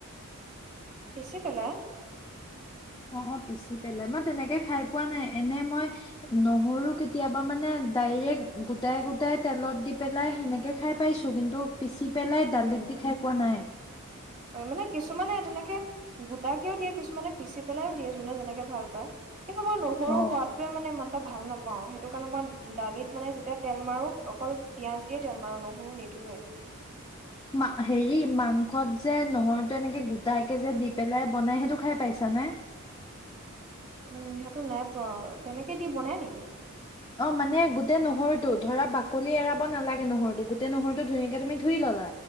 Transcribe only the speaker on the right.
পিছি পেলাই।
অ মানে কিছুমানে তেনেকে গোটাকেও দিয়ে কিছুমানে, পিচি পেলাইও দিয়ে যোনে যেনেকে ভাল পায়। কিন্তু মই নহৰু
সোৱাদ তে মই ইমান এটা ভাল নাপাও, সেইটো কাৰণে মই দালিত মানে যেতিয়া তেল মাৰো অকল পিয়ঁয়াজ দি তেল মাৰো নহৰু নিদিওঁৱে।
উম সেইটো নাই পোৱা, তেনেকে দি বনাই নেকি?